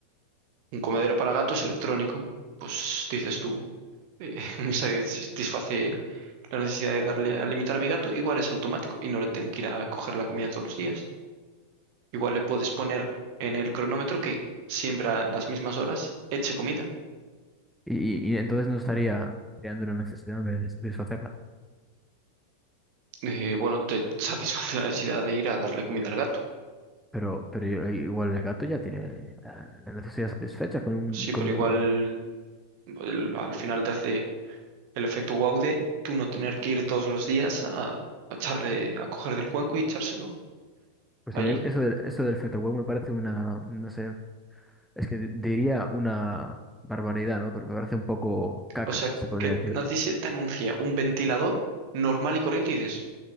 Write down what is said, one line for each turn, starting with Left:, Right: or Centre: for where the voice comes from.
Right: un comedero para gatos electrónico, pues dices tú, eh, <laughs> me satisface la necesidad de darle a alimentar a mi gato, igual es automático y no le tengo que ir a coger la comida todos los días. Igual le puedes poner en el cronómetro que siempre a las mismas horas eche comida.
Centre: Y, y, y entonces no estaría creando una necesidad en vez de satisfacerla.
Right: Eh, bueno, te satisface <laughs> la necesidad de ir a darle comida al gato.
Centre: Pero, pero igual el gato ya tiene la la necesidad satisfecha con un
Right: Sí,
Centre: comedor
Right: pero igual
Centre: normal.
Right: el- al final te hace el efecto wow de tú no tener que ir todos los días a, a echarle, a coger del cuenco y echárselo
Centre: Pues
Right: allí.
Centre: a mí eso del, eso del Fetaway me parece una, no sé, es que di- diría una barbaridad, ¿no? Pero me parece un poco caca,
Right: O sea,
Centre: se podría
Right: que
Centre: decir,
Right: a
Centre: ¿no?
Right: ti se te anuncia un ventilador normal y corriente y dices,